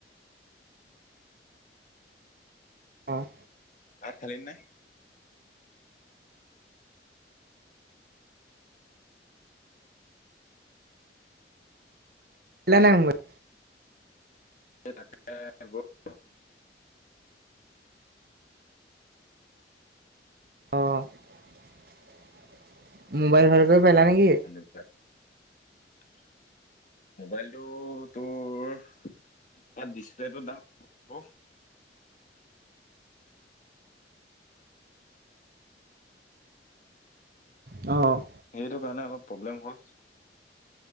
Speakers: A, on the right; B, on the left.
A: অ'।
B: ভাত খালি নাই?
A: <unintelligible>
B: এ তাকে <unintelligible> <inaudible>
A: অ' মোবাইল ঘৰতে <unintelligible> নেকি?
B: <unintelligible> মোবাইলটো তোৰ তাত ডিচপ্লেটো দাম হ'ব।
A: অ'।
B: সেইটো কাৰণে অলপ প্ৰব্লেম হ'ল।